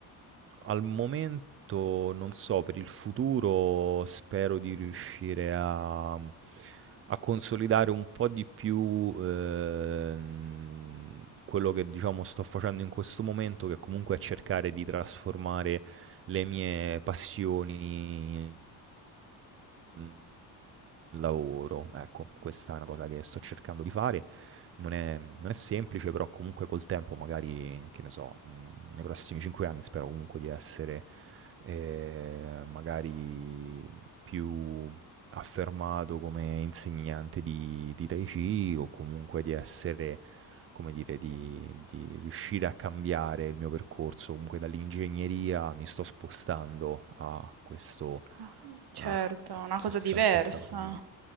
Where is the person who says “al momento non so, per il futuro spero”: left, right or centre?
Right